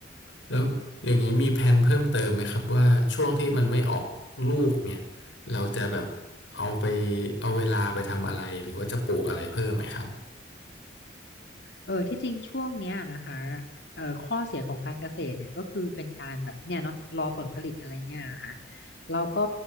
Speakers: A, on the left (about 75°); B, on the left (about 60°).
A: แล้วอย่างนี้มีแผนเพิ่มเติมไหมครับว่าช่วงที่มันไม่ออกลูกเนี่ย
B: <laughs>
A: เราจะแบบเอาไปเอาเวลาไปทำอะไรหรือว่าจะปลูกอะไรเพิ่มไหมครับ
B: เออที่จริงช่วงเนี้ยนะคะเอ่อข้อเสียของการเกษตรเนี่ยก็คือเป็นการแบบเนี่ยเนาะรอผลผลิตอะไรเงี้ยค่ะเราก็